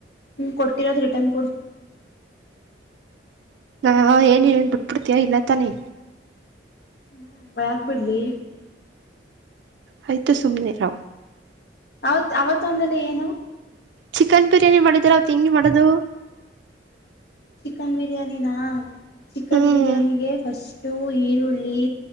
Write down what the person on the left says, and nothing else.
ನೀ ಕೊಟ್ಟಿರೋದು ರಿಟರ್ನ್ ಕೊಡು
ಹೂ ಬೆಯಕ್ ಬಿಡ್ಲಿ
ಅವತ್ ಅವತ್ತೊಂದಲ್ಲಿ ಏನು
ಚಿಕನ್ ಬಿರಿಯಾನಿನ ಚಿಕನ್
ಬಿರಿಯಾನಿಗೆ ಫಸ್ಟು ಈರುಳ್ಳಿ